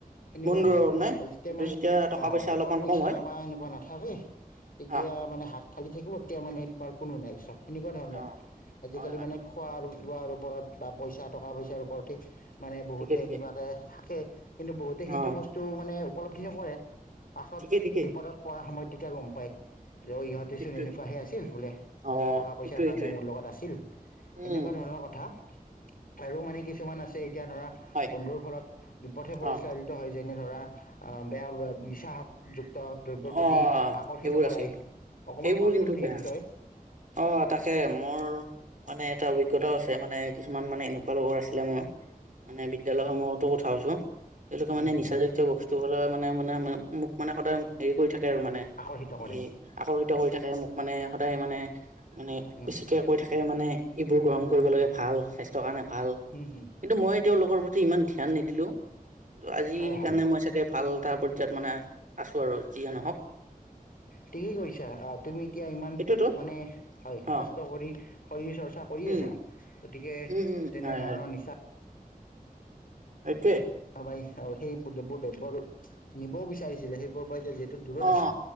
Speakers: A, on the left; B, on the right.
A: সেনেকুৱা
B: বন্ধুৰ
A: ধৰণৰ
B: অভাৱ নাই
A: আৰু যেতিয়া
B: কিন্তু
A: মানে অ
B: পইচা
A: টকা
B: অলপমান
A: পইচা
B: কম হয়
A: বা সেনেকুৱা নাথাকে তেতিয়া
B: অ',
A: মানে হাত খালি থাকিব তেতিয়া মানে তোমাৰ কোনো নাই। <unintelligible> সেনেকুৱা ধৰণৰ
B: অ',
A: আজিকালি
B: হয় হয়
A: মানে
B: হয়
A: খোৱা আৰু বোৱাৰ ওপৰত বা পইচা টকা পইচাৰ ওপৰতে মানে বহুতে
B: ঠিকে ঠিকে
A: এনেকুৱাকে থাকে কিন্তু বহুতে সেইটো
B: অ',
A: বস্তু মানে উপলব্ধি নকৰে পাছত
B: ঠিকে ঠিকে
A: বিপদত পৰা সময়ত তেতিয়া গম পাই যে অ ইহঁতেচোন
B: সেইটোৱে
A: এনেকুৱাহে আছিল বোলে।
B: অ',
A: টকা পইচাৰ
B: সেইটোৱে
A: কাৰণে
B: সেইটোৱে
A: মোৰ লগত আছিল
B: উম,
A: এনেকুৱা ধৰণৰ কথা। আৰু মানে কিছুমান আছে এতিয়া ধৰা
B: হয়
A: বন্ধুৰ ফলত বিপথে পৰিচলালিত
B: অ',
A: হৈছে যেনে ধৰা অ বেয়া নিচাসক্ত যুক্ত দ্ৰব্যৰ প্ৰতি
B: অ',
A: আকৰ্ষিত
B: সেইবোৰ
A: কৰাই
B: আছে কিন্তু
A: অকমান
B: সেইবোৰ
A: কোৱাচোন
B: কিন্তু
A: সেই
B: বেয়া
A: বিষয়ে
B: অ তাকে মোৰ মানে এটা অভিজ্ঞতাও আছে মানে কিছুমান মানে এনেকুৱা লগৰ আছিলে মোৰ মানে বিদ্যালয়সমূহতো কথা কৈছো তেওঁলোকে
A: উম
B: মানে
A: হম
B: নিচা জাতীয় বস্তু হ'লে মানে মানে মে মোক মানে সদায় হেৰি কৰি থাকে আৰু মানে
A: আকৰ্ষিত কৰে
B: এই আকৰ্ষিত কৰি থাকে মোক মানে সদায় মানে মানে
A: উম
B: বেছিকৈ
A: উম
B: কৈ থাকে মানে এইবোৰ গ্ৰহণ কৰিব লাগে ভাল স্বাস্থ্যকাৰনে ভাল,
A: হম হম
B: কিন্তু মই তেওঁলোকৰ প্ৰতি ইমান ধ্যান নিদিলোঁ ত আজি
A: হয়
B: সেইকাৰণে
A: হয়
B: মই চাগে ভাল তাইপৰ মাজত মানে আছোঁ আৰু যিয়ে নহওঁক
A: ঠিকেই কৰিছা আহ তুমি এতিয়া ইমান
B: সেইটোৱেতো
A: মানে হয়
B: অ
A: কষ্ট কৰি শৰীৰ চৰ্চা কৰি
B: উম
A: আছা গতিকে
B: উম উম
A: তেনে
B: হয়
A: ধৰণৰ নিচাঁ
B: এইটো যে
A: পাৰিছা সেইবোৰ দ্ৰব্য নিবও বিচাৰিছিলে সেইবোৰ এতিয়া যিহেতু দূৰত
B: অ
A: আছা